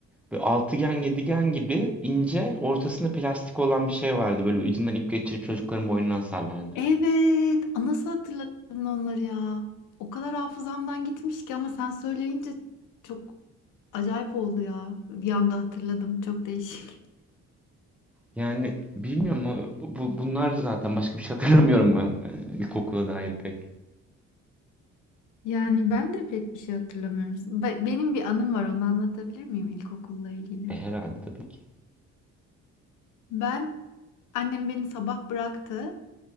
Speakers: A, in the centre; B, on the left.
A: böyle altıgen yedigen gibi ince ortasında plastik olan bir şey vardı. Böyle ucundan ip geçirip çocukların boynundan sallardı.
B: Evet. Aa, Nasıl hatırladın onları ya? O kadar hafızamdan gitmiş ki ama sen söyleyince çok acayip oldu ya. Bir anda hatırladım. Çok değişik.
A: Yani bilmiyorum o- bu bunlar zaten başka bir şey hatırlamıyorum ben e, ilkokula dair pek.
B: Yani ben de pek bir şey hatırlamıyorum. Be- Benim bir anım var, onu anlatabilir miyim ilkokulla ilgili?
A: E, herhalde tabii ki.
B: Ben annem beni sabah bıraktı.